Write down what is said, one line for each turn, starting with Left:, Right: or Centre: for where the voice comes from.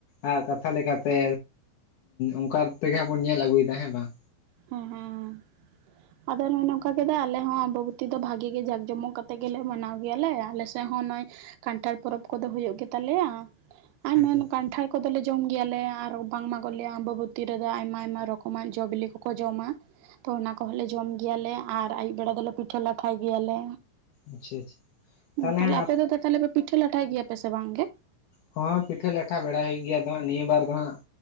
Left: ᱟᱜ ᱠᱟᱛᱷᱟ ᱞᱮᱠᱟᱛᱮ ᱚᱱᱠᱟ ᱛᱮᱜᱮ ᱦᱟᱸᱜ ᱵᱚᱱ ᱧᱮᱞ ᱟᱹᱜᱩᱭᱮᱫᱟ ᱦᱮᱸ ᱵᱟᱝ
Right: ᱦᱮ ᱦᱮ ᱦᱮ ᱟᱫᱚ ᱱᱚᱜ ᱱᱚᱝᱠᱟ ᱠᱮᱫᱟ ᱟᱞᱮ ᱦᱚ ᱟᱢᱵᱚᱵᱚᱛᱤ ᱫᱚ ᱵᱷᱟᱜᱤ ᱜᱮ ᱡᱟᱠ ᱡᱚᱢᱚᱠ ᱠᱟᱛᱮ ᱜᱮᱞᱮ ᱢᱟᱱᱟᱣ ᱜᱮᱭᱟᱞᱮ ᱟᱞᱮ ᱱᱚᱜᱚᱭ ᱠᱟᱱᱴᱷᱟᱲ ᱯᱚᱨᱚᱵᱽ ᱠᱚᱫᱚ ᱦᱩᱭᱩᱜ ᱜᱮᱛᱟᱞᱮᱭᱟ ᱟᱨ
Left: ᱟᱪᱪᱷᱟ ᱟᱪᱪᱷᱟ
Right: ᱠᱟᱱᱴᱷᱟᱲ ᱠᱚᱫᱚ ᱞᱮ ᱡᱚᱢ ᱜᱮᱭᱟᱞᱮ ᱟᱨ ᱵᱟᱝᱢᱟᱟᱜ ᱞᱮᱭᱟ ᱟᱢᱵᱚᱚᱵᱩᱛᱤ ᱨᱮᱫᱚ ᱟᱭᱢᱟ ᱨᱚᱠᱚᱢ ᱡᱚ ᱵᱤᱞᱤ ᱠᱚ ᱠᱚ ᱡᱚᱢᱟ ᱛᱚ ᱚᱱᱟ ᱠᱚᱦᱚᱸ ᱞᱮ ᱡᱚᱢ ᱜᱮᱭᱟᱞᱮ ᱟᱨ ᱟᱹᱭᱩᱵ ᱵᱮᱲᱟ ᱫᱚᱞᱮ ᱯᱤᱴᱷᱟᱹ ᱞᱟᱴᱷᱟᱭ ᱜᱮᱭᱟᱞᱮ
Left: ᱟᱪᱪᱷᱟ ᱟᱪᱪᱷᱟ ᱛᱟᱦᱚᱞᱮ
Right: ᱛᱟᱞᱦᱮ
Left: ᱦᱟᱸᱜ
Right: ᱟᱯᱮ ᱫᱚ ᱛᱟᱞᱦᱮ ᱯᱤᱴᱷᱟᱹ ᱞᱟᱴᱷᱟᱭ ᱜᱮᱭᱟ ᱯᱮ ᱥᱮ ᱵᱟᱝ ᱜᱮ
Left: ᱦᱳᱣᱟ ᱯᱤᱴᱷᱟᱹ ᱞᱟᱴᱷᱟ ᱵᱟᱲᱟᱭ ᱜᱮᱭᱟ ᱫᱚ ᱦᱟᱸᱜ ᱱᱤᱭᱟᱹ ᱵᱟᱨ ᱫᱚ ᱦᱟᱸᱜ